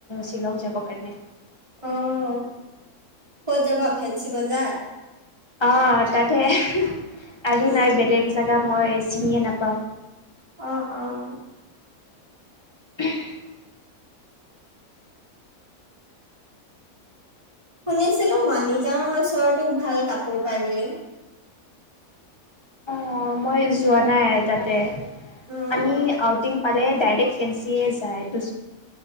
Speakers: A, on the left; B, on the right.
A: শ্বিলং যাব কাৰণে।
B: অহ' ক'ত যাবা ফেঞ্চি বজাৰ।
A: অহ' তাতে <unintelligible>
B: উম
A: আৰু নাই বেলেগ জেগা মই চিনিয়ে নাপাওঁ।
B: অহ', অহ'।
A: <unintelligible>
B: শুনিছিলোঁ মালিগাঁওৰ ওচৰতো ভাল কাপোৰ পায় বুলি।
A: অহ' মই যোৱা নাই তাতে,
B: উম
A: আমি আউটিং পালে ডাইৰেক্ট ফেঞ্চিয়ে যায় দুচ